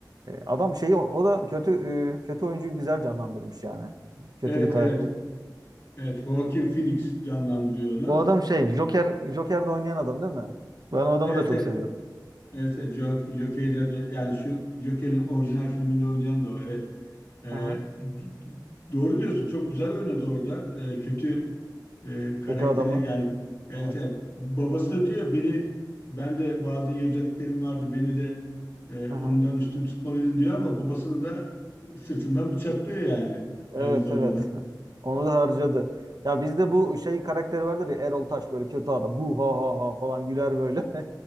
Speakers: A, on the right (about 55°); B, on the left (about 30°).
A: E, adam şeyi o, o da kötü e, kötü oyuncuyu güzel canlandırmış yani. Kötü
B: Evet
A: bir karakter.
B: evet. Evet Joaquin Phoenix canlandırıyor onu.
A: O adam şey Joker Joker'de oynayan adam değil mi? Ben o adamı
B: Evet
A: da çok
B: evet.
A: seviyorum.
B: Evet, evet Jok- Joker'de de yani şu Joker'in orijinal filminde oynayan da o evet. Ee, d-
A: Aha.
B: d- doğru diyorsun çok güzel oynadı orada. Ee, kötü e, karakteri
A: Kötü adamı.
B: yani evet
A: Evet.
B: evet babası da diyor beni ben de bazı iyi özelliklerim vardı beni de e,
A: Aha.
B: ondan üstün tutmalıydın diyor ama babasını da sırtından bıçaklıyor yani
A: Evet
B: aynı zamanda.
A: evet. Onu da harcadı. Ya bizde bu şey karakteri vardır ya Erol Taş böyle kötü adam. Bu ha ha ha falan güler böyle. <laughs>